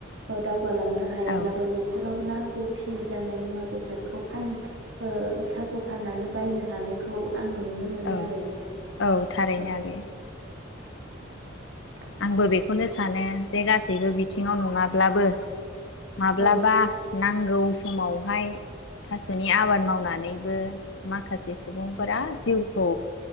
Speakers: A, on the right (about 65°); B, on the left (about 65°).
A: ओ दाव गालांनो हायाब्लाबो
B: औ
A: न'खराव नांगौखिनि जानाय मुवा बेसादखौ फान ओ थास' फाननानै बायनो हानायखौ आङो नुनो मोनो
B: औ
A: आरो
B: औ थारैनो
A: औ
B: आगै।
A: <inaudible>
B: आंबो बे खौनो सानो जे गासैबो बिथिङाव नङाब्लाबो माब्लाबा
A: औ
B: नांगौ समावहाय थास'नि आबाद मावनानैबो माखासे सुबुंफोरा जिउखौ